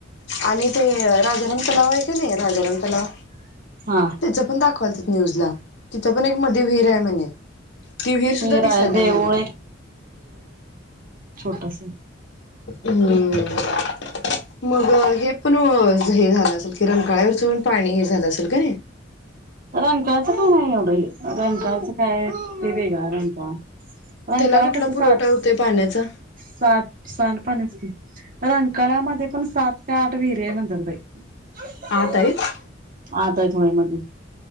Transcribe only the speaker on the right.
हा
मीरा
आहे देऊळ
छोटंस
रंकाळ्याच काय नाही एवढंही रंकाळचं काय ते वेगळा रंकाळा रंकाळा
कस
साठ
साठ सांड पाण्याच रंकाळ्यामध्ये पण सात काय आठ वीर्यानंतर ताई
<inaudible>
आत हायत होय मध्ये